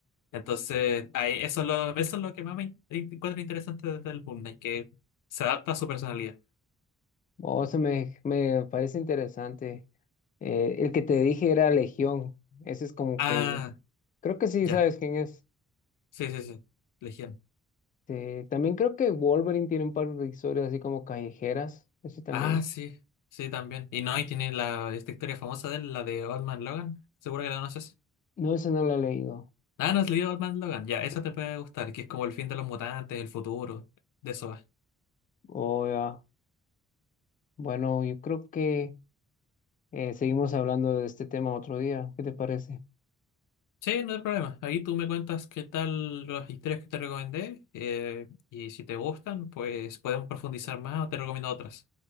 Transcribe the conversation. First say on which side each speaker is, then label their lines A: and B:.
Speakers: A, on the left (about 85°); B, on the left (about 25°).
A: Entonces, ahí, eso, es lo, eso es lo que más me in- encuentro interesante desde el Boom Knight, que se adapta a su personalidad.
B: Oh, eso me, me parece interesante. Eh, el que te dije era Legión, ese es como
A: Ah,
B: que, un- creo que sí
A: ya.
B: sabes quién es.
A: Sí, sí, sí. Legión.
B: Eh, también creo que Wolverine tiene un par de historias así como callejeras, ese también.
A: Ah, sí. Sí, también. Y no, y tiene la, esta historia famosa de él, la de Old Man Logan. Seguro que la conoces.
B: No, ese no lo he leído.
A: Ah, no, has leído Old Man Logan. Ya, eso te puede gustar, que es como el fin de los mutantes, el futuro. De eso va.
B: Oh, ya. Bueno, yo creo que... Eh, seguimos hablando de este tema otro día. ¿Qué te parece?
A: Sí, no hay problema. Ahí tú me cuentas qué tal las historias que te recomendé. eh, y si te gustan, pues podemos profundizar más o te recomiendo otras.